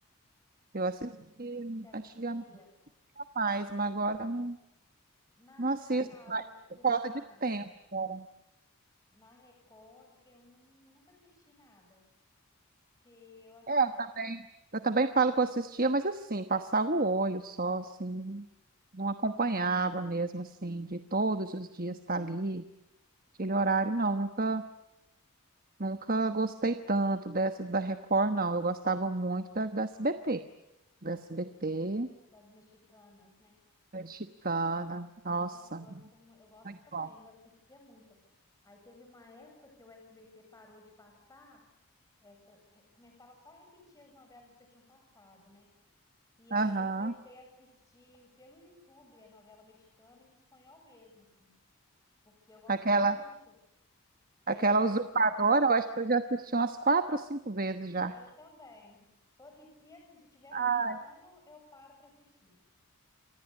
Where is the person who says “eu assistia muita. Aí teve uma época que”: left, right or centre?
Left